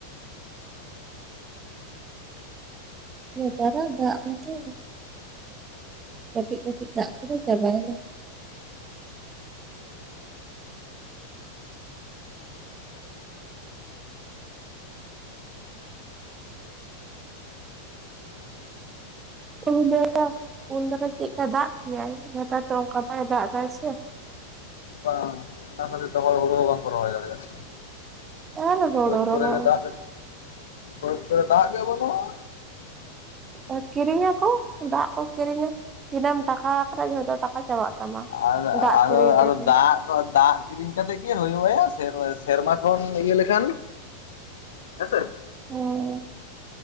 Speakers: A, on the right (about 20°); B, on the left (about 60°).
A: ᱱᱮᱛᱟᱨᱟᱜ ᱫᱟᱜ ᱢᱟᱛᱚ᱾ ᱠᱟᱹᱴᱤᱡ ᱠᱟᱹᱴᱤᱡ ᱫᱟᱜ ᱠᱮᱫᱟᱭ ᱪᱟᱵᱟᱭᱱᱟ᱾
B: <inaudible>
A: ᱩᱱ ᱫᱟᱨᱟ ᱩᱱ ᱫᱟᱨᱟ ᱪᱮᱫᱠᱟᱭ ᱫᱟᱜ ᱠᱮᱭᱟᱭ ᱱᱮᱛᱟᱨ ᱛᱚ ᱚᱱᱠᱟ ᱵᱟᱭ ᱫᱟᱜ ᱮᱫᱟ ᱥᱮ᱾
B: ᱵᱟᱝ ᱚᱱᱟ ᱠᱷᱟᱹᱛᱤᱨ ᱛᱮ ᱦᱚᱲ ᱦᱩᱲᱩ ᱦᱚᱸ ᱵᱟᱝᱠᱚ ᱨᱚᱦᱚᱭ ᱫᱟᱲᱮᱭᱟᱜ ᱠᱟᱱᱟ᱾
A: ᱟᱨ ᱦᱳᱲᱳ
B: ᱵᱟᱹᱫᱽ
A: ᱨᱚᱦᱚᱭ
B: ᱠᱚᱨᱮ ᱜᱮ ᱫᱟᱜ, ᱵᱟᱹᱫᱽ ᱠᱚᱨᱮ ᱫᱟᱜ ᱜᱮ ᱵᱟᱹᱱᱩᱜᱼᱟ᱾
A: ᱚ ᱠᱤᱨᱤᱧᱟ ᱠᱚ ᱫᱟᱜ ᱠᱚ ᱠᱤᱨᱤᱧᱟ᱾ ᱛᱤᱱᱟᱹᱜ ᱮᱢ ᱴᱟᱠᱟ ᱟᱠᱟ ᱡᱷᱚᱛᱚ ᱴᱟᱠᱟ ᱪᱟᱵᱟᱜ ᱛᱟᱢᱟ᱾
B: ᱟᱫᱚ
A: ᱫᱟᱜ
B: ᱟᱫᱚ
A: ᱠᱤᱨᱤᱧ
B: ᱟᱫᱚ
A: ᱛᱮᱜᱮ
B: ᱫᱟᱜ ᱛᱚ ᱫᱟᱜ ᱠᱤᱨᱤᱧ ᱠᱟᱛᱮᱫ ᱠᱤ ᱦᱩᱭᱩᱜ-ᱟ ᱥᱮᱨ, ᱥᱮᱨᱢᱟ ᱠᱷᱚᱱ ᱤᱭᱟᱹ ᱞᱮᱠᱷᱟᱱ ᱦᱮᱸᱥᱮ
A: ᱦᱩᱸ